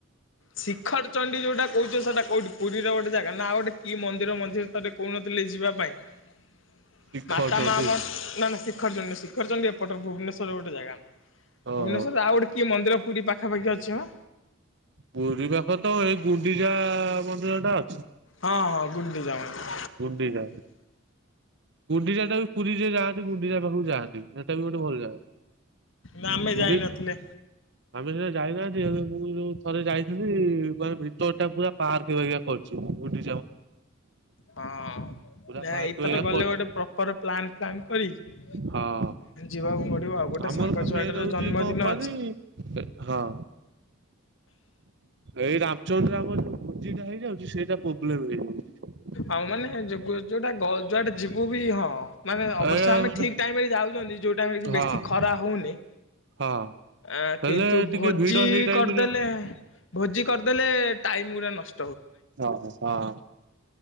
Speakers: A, on the left; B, on the right.
A: ଶିଖର ଚଣ୍ଡୀ ଯୋଉଟା କହୁଛ ସେଟା କୋଉଠି ପୁରୀର ଗୋଟେ ଜାଗା ନା ଗୋଟେ କି ମନ୍ଦିର ମଝିରେ ଥରେ କହୁନଥିଲେ ଯିବା ପାଇଁ <unintelligible>
B: ଶିଖଉଛନ୍ତି
A: ନା ନା ଶିଖରଚଣ୍ଡୀ ଶିଖରଚଣ୍ଡୀ ଏପଟରେ ଭୁବନେଶ୍ୱର ର ଗୋଟେ ଜାଗା ଭୁବନେଶ୍ୱର
B: ହଁ।
A: ର ଆଉ ଗୋଟେ କି ମନ୍ଦିର ପୁରୀ ପାଖାପାଖି ଅଛି ପା
B: ପୁରୀ ପାଖ ତ ଏଇ ଗୁଣ୍ଡିଚା ମନ୍ଦିର ଟା ଅଛି।
A: ହଁ ହଁ ଗୁଣ୍ଡିଚା ମନ୍ଦିର
B: ଗୁଣ୍ଡିଚା। ଗୁଣ୍ଡିଚାଟା ବି ପୁରୀ ଯେ ଯାଆନ୍ତି ଗୁଣ୍ଡିଚା ପାଖକୁ ଯାଆନ୍ତି। ହେଟା ବି ଗୋଟେ ଭଲ ଯାଗା।
A: ନା ଆମେ ଯାଇନଥିଲେ
B: ଗୁଣ୍ଡି ଆମେ <unintelligible> ଯାଇନାହାନ୍ତି ହେଲେ ମୁଁ ଯୋଉ ଥରେ ଯାଇଥିଲି ମାନେ ଭିତର ଟା ପୁରା ପାର୍କ ଭଳିଆ କରିଚି। ଗୁଣ୍ଡି
A: ହଁ।
B: ପୁରା
A: ନା
B: ପାର୍କ
A: ଏଇଥର
B: ବାଗିଆ
A: ଗଲେ
B: କରିଛି
A: ଗୋଟେ ପ୍ରପର ପ୍ଲାନ ଫ୍ଲାନ କରିକି
B: ହଁ
A: ଯିବାକୁ ପଡିବ ଆଉ। ଗୋଟେ
B: ଆମର
A: ସାଙ୍ଗ
B: ବା ମେନ୍
A: ଛୁଆଟାର
B: ହଉଛି
A: ଜନ୍ମଦିନ
B: କଣ କହନି
A: ଅଛି।
B: ହଁ ଏଇ ରାମଚଣ୍ଡୀ ରେ ଆମର ଯୋଉ ଭୋଜିଟା ହେଇଯାଉଛି ସେଇଟା ପ୍ରୋବ୍ଲେମ ହେଇଯାଉଛି ଟିକେ।
A: ଆଉ ମାନେ ଯୋଗ ଯୋଉଟା ଗ ଯୁଆଡେ ଯିବୁ ବି ହଁ ମାନେ ଅବଶ୍ୟ
B: ଏଇଟା
A: ଆମେ
B: ମାନେ
A: ଠିକ୍ ଟାଇମ୍ ରେ ଯାଉଛନ୍ତି। ଯୋଉ ଟାଇମ୍ ରେ କି
B: ହଁ
A: ବେଶୀ ଖରା ହଉନି।
B: ହଁ
A: ଆଁ
B: ହେଲେ
A: କିନ୍ତୁ
B: ଟିକେ
A: ଭୋଜି
B: ଭିଡ ହେଇ ଟାଇମରେ
A: କରିଦେଲେ ଭୋଜି କରିଦେଲେ ଟାଇମ ଗୁରା ନସ୍
B: ହଁ ହଁ।